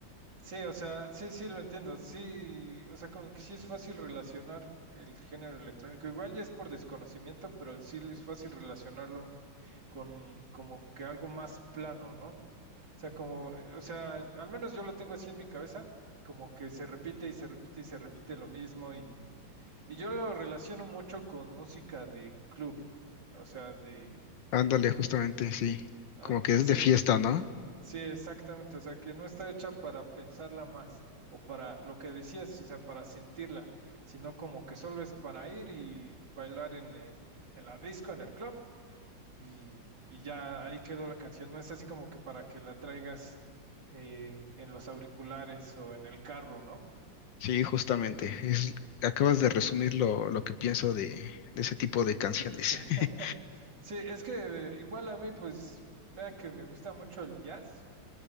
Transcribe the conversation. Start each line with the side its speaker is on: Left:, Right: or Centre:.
Right: Sí, o sea, sí, sí, lo entiendo. Sí, o sea, como que sí es fácil relacionar el género electrónico. Igual ya es por desconocimiento, pero sí es fácil relacionarlo con como que algo más plano, ¿no? O sea, como, o sea, al menos yo lo tengo así en mi cabeza, como que se repite y se repite y se repite lo mismo y, y yo lo relaciono mucho con música de club, o sea, de,
Left: Ándale, justamente, sí.
Right: ah,
Left: Como que
Right: ah,
Left: es
Right: sí,
Left: de fiesta, ¿no?
Right: sí, exactamente, o sea, que no está hecha para pensarla más o para lo que decías, o sea, para sentirla, sino como que solo es para ir y bailar en el, en la disco, en el club y, y ya ahí quedó la canción. No es así como que para que la traigas eh, en los auriculares o en el carro, ¿no?
Left: Sí, justamente. Es, acabas de resumir lo, lo que pienso de, de ese tipo de canciones.
Right: Sí, <laughs>
Left: <laughs>
Right: sí, es que eh, igual a mí, pues, vea que me gusta mucho el jazz